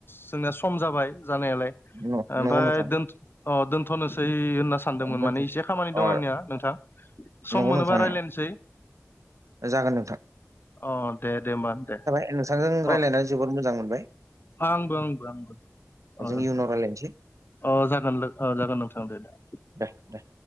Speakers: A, on the left (about 45°); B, on the right (about 80°).
A: जोंनिया सम जाबाय जानायालाय
B: नंगौ
A: ओमफाय
B: नोंथां
A: दोन अ दोनथ'नोसै होनना सान- सानदोंमोन
B: दोनथ'
A: माने एसे खामानि दं
B: अ
A: आंनिया नोंथां सम
B: नंगौ
A: मोनोबा
B: नोंथां
A: रायलायनोसै
B: जागोन नोंथां
A: अ दे दे होमबा दे
B: आ नोंथांजों रायलायनानै
A: अ
B: जोबोद मोजां मोनबाय
A: आंबो आंबो आंबो अ
B: जों इउनाव रायलायनोसै
A: अ जागोन लो जागोन नोंथां देदे
B: दे दे